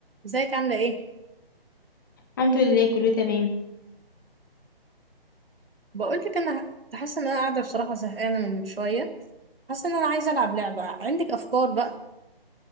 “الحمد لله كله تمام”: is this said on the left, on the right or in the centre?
Left